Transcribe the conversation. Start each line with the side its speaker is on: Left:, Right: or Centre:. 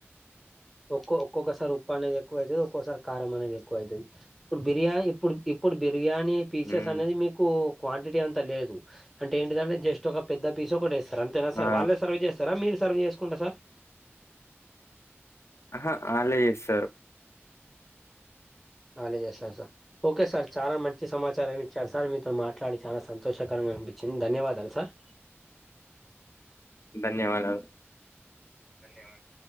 Centre: ఒక్కో ఒక్కొక్కసారి ఉప్పు అనేది ఎక్కువ అయితది, ఒక్కోసారి కారం అనేది ఎక్కువ అయితది. ఇప్పుడు బిర్యానీ ఇప్పుడు ఇప్పుడు బిర్యానీ పీసెస్
Left: ఉమ్
Centre: అనేది మీకు క్వాంటిటీ అంత లేదు అంటే ఏంటిదంటే జస్ట్ ఒక పెద్ద పీస్ ఒకటి ఏస్ సార్ అంతేనా సార్
Left: ఆ
Centre: వాళ్ళే సర్వ్ చేస్తారా మీరు సర్వ్ చేసుకుంటరా సార్.
Left: ఆహా ఆళ్ళే చేస్తరు.
Centre: ఆల్లే చేస్తరు సార్ ఓకే సార్ చానా మంచి సమాచారం ఇచ్చారు సార్ మీతోని మాట్లాడి చానా సం తోషకరంగా అనిపిచ్చింది ధన్యవాదాలు సార్.
Left: ధన్యవాదాలు.
Centre: ధన్యవాదా